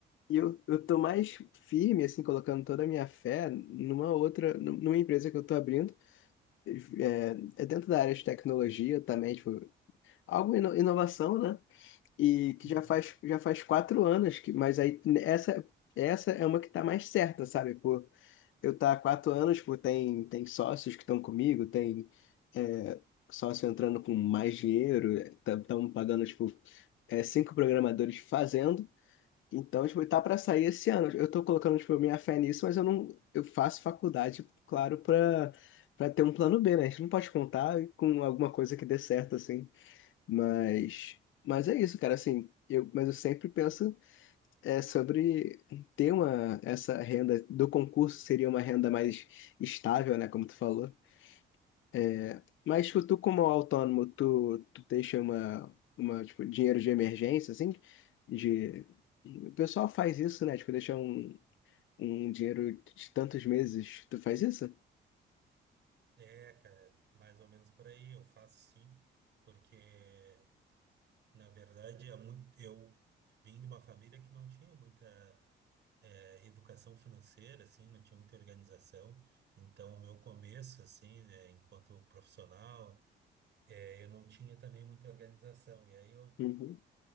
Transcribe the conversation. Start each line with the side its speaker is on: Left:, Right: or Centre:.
Left: E eu, eu tô mais firme, assim, colocando toda a minha fé numa outra, num- numa empresa que eu tô abrindo. É, é dentro da área de tecnologia também, tipo, algo ino- inovação, né? E que
Right: Uhum.
Left: já faz, já faz quatro anos, que, mas aí essa, essa é uma que tá mais certa, sabe? Por eu estar tá há quatro anos, por tem, tem sócios que estão comigo, tem é, sócio entrando com mais dinheiro, estão pagando, tipo, é, cinco programadores fazendo. Então, tipo, tá para sair esse ano. Eu tô colocando, tipo, minha fé nisso, mas eu não, eu faço faculdade, claro, para para ter um plano B, né? A gente não pode contar com alguma coisa que dê certo assim. Mas, mas é isso, cara. Assim, eu, mas eu sempre penso é, sobre ter uma, essa renda do concurso seria uma renda mais estável, né? Como tu falou. É, Mas tipo, tu, como autônomo, tu, tu deixa uma, uma, tipo, dinheiro de emergência, assim, de... O pessoal faz isso, né? Tipo, deixa um, um dinheiro de tantos meses. Tu faz isso?
Right: É, cara, mais ou menos por aí, eu faço sim, porque na verdade é muito, eu vim de uma família que não tinha muita é, educação financeira, assim, não tinha muita organização, então o meu começo, assim, né, enquanto profissional, é, eu não tinha também muita organização, e aí eu
Left: Uhum,